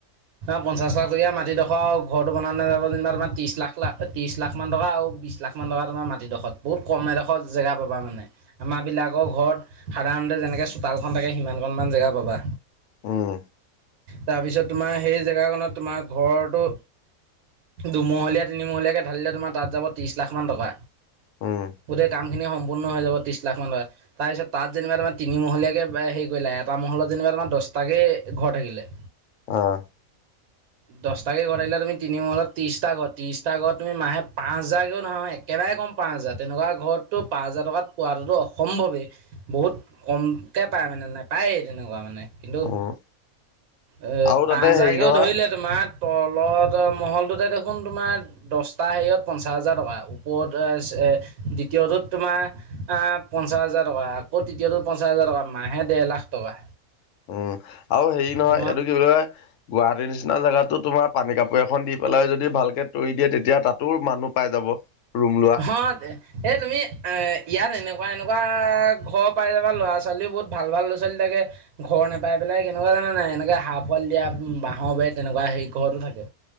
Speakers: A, on the right (about 80°); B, on the left (about 65°).
A: পঞ্চাছ লাখটকীয়া মাটিডোখৰটো বন ন যাব যেনিবা তাৰ ত্ৰিছ লাখ লা ত্ৰিছ লাখান টকা আৰু বিশছ লাখ। ইমান টকা তমাৰাটিডোখৰত বহুত কম এডোৰ জেগা পাবা মানে। আমাৰাবিলাকৰ ঘৰত সাধাৰণতে যেনেকৈ চোতালখন থাকে সিমানকণমান জেগা পাবা।
B: উম,
A: তাৰপিছত তোমাৰ সেই জেগাখনত তোমাৰ ঘৰটো দুমহলীয়া, তিনিমহলীয়াকে ঢালিলে তোমাৰ তাত যাব ত্ৰিশ লাখ মান টকা
B: উম,
A: গোটেই কামখিনি সম্পূৰ্ণ হৈ যাব ত্ৰিছ লাখমানান টকা। তাৰপিছত তাত যেনিবা তাৰমাৰ তিনি মহলীয়াকে হেৰি কৰিলে এটা মহলত যেনিবা তাৰ দহটাকে ঘৰ থাকিলে।
B: অ'।
A: দহটাকৈ ঘৰত থিল তমি তিনি মূল ত্ৰিছটা ঘ ত্ৰিছটা ঘ তমি মে পাঁ হাজাৰকও ধৰা এক কেবাৰে ক'ম পাঁচ হাজাৰ তেনেকুৱা ঘৰততো পাঁচ হাজাৰ টকাত পোৱাটোতো অসম্ভৱে। বহুত কমকে পায় মানে নাই পায়েই তেনেকুৱা মানে কিন্তু
B: উম,
A: অ,
B: আৰু তাতে
A: পাঁচ
B: হেৰি
A: হাৰ
B: নহয়
A: তোমাৰ তলত মহলটোতে দেখোন তোমাৰ দহটা হেৰিয়ত পঞ্চাছ হাজাৰ টকা ওপৰত দ্বিতীয়টোত তোমাৰ আহ পঞ্চাছ হাজাৰটকা আকৌ ততিয়টো পঞ্চাছ হাজাৰ টকা মাহাহে দেৰ লাখ টকা।
B: উম, আৰু হেৰি নহয়
A: তোমাৰ
B: এইটো কি বুলি কয় গুৱাহাটীৰ নিচিনা জেগাতো তোমাৰ পানী কাপোৰ এখন দি পেলাই যদি ভালকে তৰি দিয়ে তেতিয়া তাতো মানুহ পাই যাব। ৰুম লোৱা
A: হ, এ তুমি এ ইয়াত এনেকুৱা, এনেকুৱা ঘৰ পাই যাবা ল'ৰা-ছোৱালী বহুত ভাল, ভাল ল'ৰা-ছোৱালী থাকে। ঘৰ নোপাই পেলাই কেনেকুৱা জানে নাই এনেকে হহ পোৱাল দিয়া বাঁহৰ বে তেনেকুৱা সেই ঘৰতো থাকে।